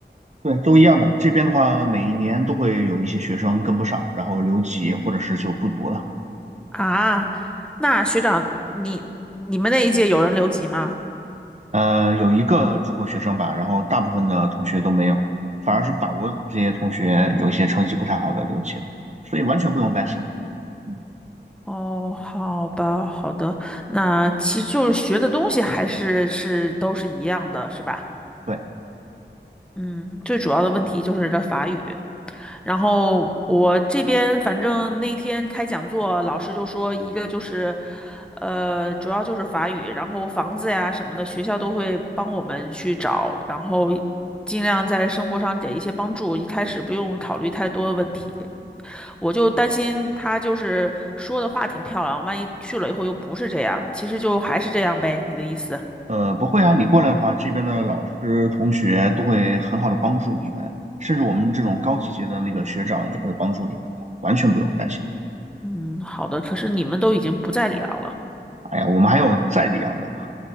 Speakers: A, on the right; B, in the centre.
A: 对，都一样的。这边的话，每一年都会有一些学生跟不上，然后留级或者是就不读了。
B: 啊。那学长，你你们那一届有人留级吗？
A: 呃，有一个中国学生吧，然后大部分的同学都没有，反而是法国这些同学有一些成绩不太好的留级了，所以完全不用担心。嗯，
B: 哦，好吧，好的，那其实就是学的东西还是是都是一样的，是吧？
A: 对，
B: 嗯，最主要的问题就是这法语。然后我这边反正那天开讲座，老师就说一个就是，呃，主要就是法语，然后房子呀什么的，学校都会帮我们去找，然后尽量在生活上给一些帮助，一开始不用考虑太多的问题。我就担心他就是说的话挺漂亮，万一去了以后又不是这样，其实就还是这样呗，你的意思？
A: 呃，不会啊，你过来的话，这边的老师同学都会很好的帮助你们，甚至我们这种高级阶的那个学长也会帮助你们的，完全不用担心。
B: 嗯，好的。可是你们都已经不在里昂了。
A: 哎呀，我们还有在里样的嘛，